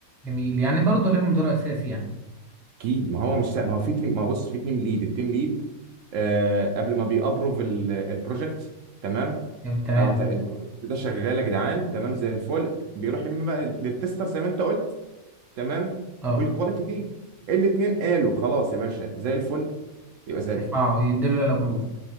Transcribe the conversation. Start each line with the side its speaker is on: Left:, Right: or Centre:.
Centre: جميل يعني برضه لهم دور اساسي يعني
Right: اكيد ما هو مش ما هو في تيم ما هو بص في تيم ليد التيم ليد آه قبل ما بيابروف البروجكت تمام
Centre: جميل تمام
Right: اه طيب البروجكت ده شغال يا جدعان تمام زي الفل بيروح لمين بقى للتستر زي ما انت قلت تمام
Centre: اه
Right: والكواليتي تيم الاثنين قالوا خلاص يا باشا زي الفل يبقى زي الفل
Centre: اه يديله الابروف